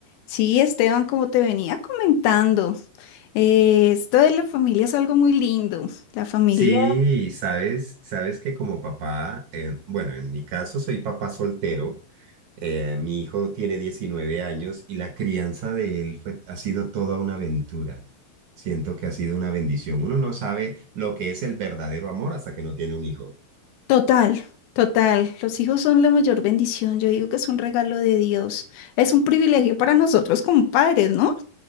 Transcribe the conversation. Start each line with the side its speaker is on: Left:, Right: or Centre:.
Left: Sí, Esteban, como te venía comentando, eh, esto de la familia es algo muy lindo. La familia,
Right: Sí, sabes, sabes que como papá, eh, bueno, en mi caso soy papá soltero, eh, mi hijo tiene 19 años y la crianza de él fue, ha sido toda una aventura. Siento que ha sido una bendición. Uno no sabe lo que es el verdadero amor hasta que no tiene un hijo.
Left: total, total. Los hijos son la mayor bendición. Yo digo que es un regalo de Dios. Es un privilegio para nosotros como padres, ¿no?